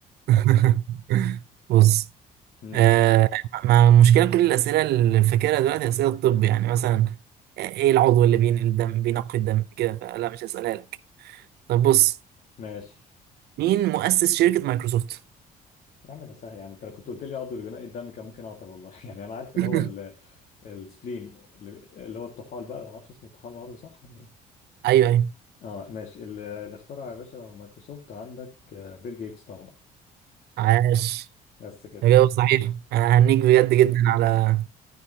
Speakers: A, on the right; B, on the left.
A: <laughs> بص
B: <laughs> امم
A: آه ما المشكله كل الاسئله اللي فاكرها دلوقتي اسئله الطب يعني مثلا ايه العضو اللي بينقل الدم بينقي الدم كده فلا مش هسالها لك طب بص
B: ماشي
A: مين مؤسس شركه مايكروسوفت
B: يا عم ده سهل يا عم انت لو كنت قلت لي عضو بناء الدم كان ممكن اعطل والله <laughs> يعني انا عارف
A: <laughs>
B: ان هو ال... السبلين اللي, اللي هو الطحال بقى ما اعرفش اسمه الطحال بالعربي صح ولا ايه
A: ايوه ايوه
B: اه ماشي ال- اللي اخترع يا باشا مايكروسوفت عندك آه، بيل جيتس طبعا
A: عاش
B: بس كده
A: اجابه صحيح أنا هنيك بجد جدا على